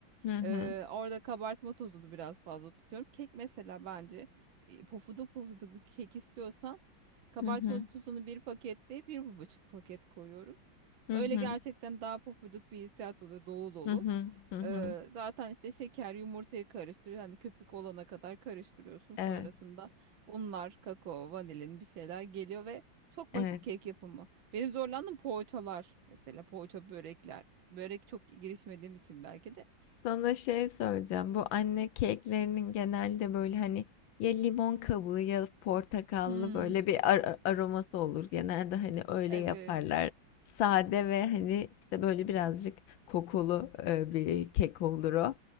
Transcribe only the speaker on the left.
Hı hı.
Hı hı.
Hı
hı.
Hı hı. Hı hı.
Evet,
evet.
Sana şey söyleyeceğim. Bu anne keklerinin genelde böyle hani ya limon kabuğu ya portakallı
böyle bir ar- aroması olur. Genelde hani öyle
yaparlar. Sade ve hani işte böyle birazcık kokulu e, bir kek olur o.